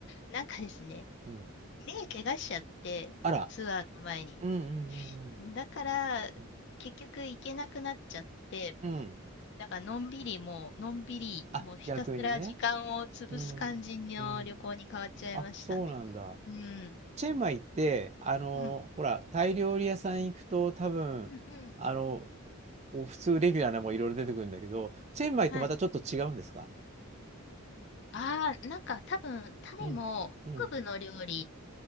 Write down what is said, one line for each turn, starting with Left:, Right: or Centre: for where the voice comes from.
Left: なんかですね、
Right: うん。
Left: 目怪我しちゃって、
Right: あら。
Left: ツアーの前に。
Right: うんうんうんうん。
Left: だから、
Right: うん。
Left: 結局行けなくなっちゃって、
Right: うん
Left: だから、のんびりもう、のんびり、
Right: あ、
Left: もうひたすら時間を潰す感じの旅行に変わっちゃいましたね。
Right: 逆にね。うん。うん。あ、そうなんだ。
Left: うん。
Right: チェンマイって、あの、
Left: うん。
Right: ほら、タイ料理屋さん行くと多分、
Left: うんうん。
Right: あの、こう普通レギュラーなのもいろいろ出てくるんだけど、チェンマイとまたちょっと違うんですか
Left: はい。ああ、なんか多分、タイも北部の料理、
Right: うん、うん、